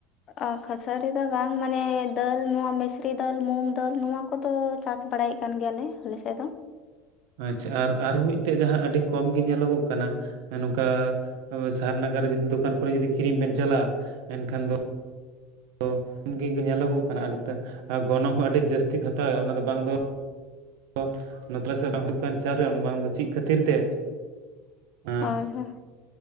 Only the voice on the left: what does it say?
ᱚ ᱠᱷᱟᱹᱥᱟᱹᱨᱤ ᱫᱚ ᱵᱟᱝ ᱢᱟᱱᱮ ᱫᱟᱹᱞ ᱱᱚᱣᱟ ᱢᱤᱥᱨᱤ ᱫᱟᱹᱞ ᱢᱩᱢ ᱫᱟᱹᱞ ᱱᱚᱣᱟ ᱠᱚᱫᱚ ᱪᱟᱥ ᱵᱟᱲᱟᱭᱮᱜ ᱠᱟᱱ ᱜᱮᱭᱟ ᱞᱮ ᱟᱞᱮ ᱥᱮᱜ ᱫᱚ᱾
ᱦᱳᱭ ᱦᱳᱭ